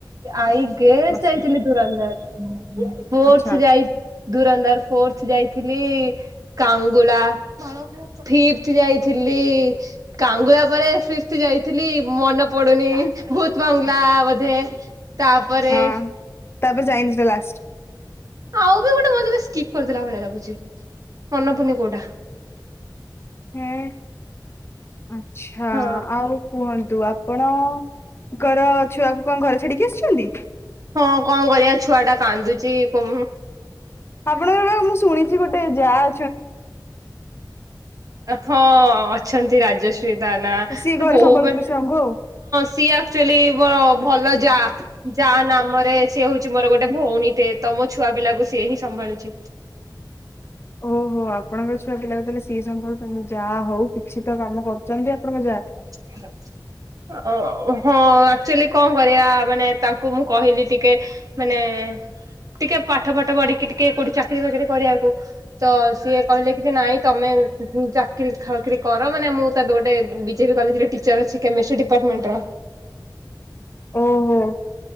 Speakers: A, on the right; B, on the left.
A: ଆଇ କେସ୍
B: ବସ
A: ଯାଇଥିଲି ଦୁରନ୍ଦାର ଫର୍
B: ଆଚ୍ଛା
A: ଯାଇ ଦୁରନ୍ଦାର ଫୋସ ଯାଇ ଥିଲ କଙ୍ଗୁଲାପ ଯାଇଥିଲି କାଙ୍ଗୁଳା ପରେ ସୃଷ୍ଟି ଯାଇଥିଲି ମନେ ପଡୁନି ଭହୁତ ଭଙ୍ଗଲା ବୋଧେ ତାପରେ
B: ହଁ
A: <inaudible>
B: ତାପରେ ଯାଇନି ଲାଷ୍ଟ।
A: ଆଉ ବି ଗୋଟେ ମଜରେ ସ୍କିପ୍ କରିଦେଲା ଭଳିଆ ଲାଗୁଛି ଅନପୁନି କୋଡ଼ା
B: ହୁଁ। ଆଛା
A: ହଁ।
B: ଆଉ କୁହନ୍ତୁ। ଆପଣଙ୍କ ର ଛୁଆକୁ କଣ ଘରେ ଛାଡିକି ଆସିୁଛନ୍ତି
A: ହଁ କଣ କରିବା ଛୁଆ ଟା କାନ୍ଦୁଛି କ
B: ଆପଣଙ୍କର ମୁଁ ଶୁଣିଛି ଗୋଟେ ଯାହା
A: ହଁ ଅଛନ୍ତି। ରାଜେଶ ନା
B: ସିଏ
A: ସେ
B: ଘରେ
A: ବୋ
B: ସମ୍ଭାଳୁଥିବେ
A: ହଁ
B: ଛୁଆଙ୍କୁ ଆଉ।
A: ସିଏ ଆକ୍ଚୁଆଲି ମୋର ଭଲ ଯା। ଯା ନାମରେ ସିଏ ହଉଛି ମୋର ଗୋଟେ ଭଉଣୀ ଟେ। ତ ମୋ ଛୁଆପିଲାକୁ ସିଏ ହିଁ ସମ୍ଭାଳୁଛି।
B: ଓହୋ, ଆପଣଙ୍କର ଛୁଆପିଲାକୁ ତାହେଲେ ସିଏ ସମ୍ଭାଳୁଛନ୍ତି, ଯାହା ହଉ। କିଛି ତ କାମ କରୁଛନ୍ତି ଆପଣଙ୍କ ଯା।
A: ଓ <unintelligible> ହଁ ଆଚୁଆଲି କଣ କରିବା ମାନେ ତାଙ୍କୁ ମୁଁ କହିଲି ଟିକେ ମାନେ ଟିକେ ପାଠ ପାଠ ପଢିକି ଟିକେ କୋଠି ଚା ଚାକିରି ବାକିରି କରିବାକୁ ତ ସିଏ କହିଲେ କିଛି ନାଇଁ ତମେ ମୁଁ ଚାକିରି ଖ ଚାକିରି କର ମାନେ ମୁଁ ତ ଏବେ ଗୋଟେ ବିଜେପି କଲେଜରେ ଟିଚର ଅଛି କେମେଷ୍ଟ୍ରି ଡିପାର୍ଟମେଣ୍ଟର।
B: ଓ ହୋ।